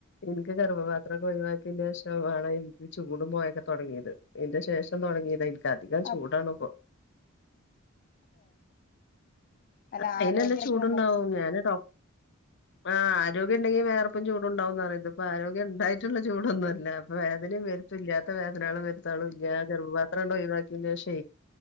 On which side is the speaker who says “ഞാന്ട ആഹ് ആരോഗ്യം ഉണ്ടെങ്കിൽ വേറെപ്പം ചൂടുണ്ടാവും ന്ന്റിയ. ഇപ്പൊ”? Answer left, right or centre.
Left